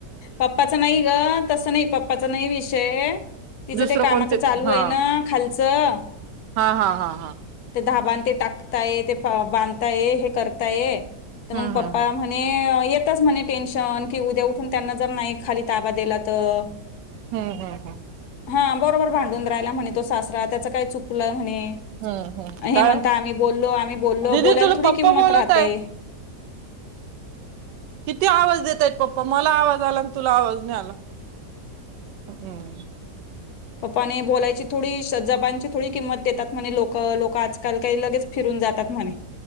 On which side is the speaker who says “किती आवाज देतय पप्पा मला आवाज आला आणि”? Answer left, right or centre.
Right